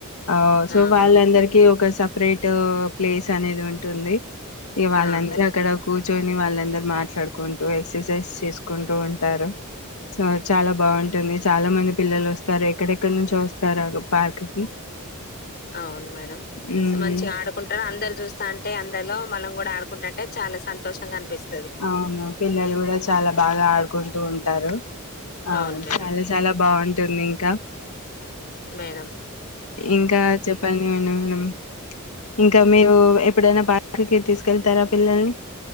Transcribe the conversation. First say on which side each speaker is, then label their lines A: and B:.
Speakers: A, on the left; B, on the left.
A: ఆవో సో
B: ఆ!
A: వాళ్ళందరికీ
B: మేడం.
A: ఒక సప్ రేట్ ప్లేస్ అనేది ఉంటుంది ఇగ వాళ్ళందరూ
B: ఆ! మేడం.
A: అక్కడ కూర్ ర్చొని వాళ్ళందరు మాట్లాడుకుంటూ ఎక్సర్సైజ్ చేసుకుంటూ ఉంటారు. సో చాలా బాగుం టుంది చాలా మంది పిల్లలు వస్తారు ఎక్కడెక్కడ నుంచో వస్తారు పార్క్ కి
B: అవును మేడం
A: మ్మ్
B: సో మంచిగా ఆడుకుంటారు అందరు చూస్తాంటే అందలో మనం కూడా ఆడుకుంటంటే చాలా సంతోషంగా అనిపిస్
A: అవును పిల్లలు కూడా చాలా బాగా ఆడుకుం టూ ఉంటారు ఆ
B: అవును మేడం.
A: చాలా చాలా బాగుంటుంది ఇంకా
B: మేడం.
A: ఇంకా చెప్పండి మేడం ఇంకా మీరు ఎప్పుడైనా పార్క్ కి తీసుకెళ్తారా పిల్లల్ని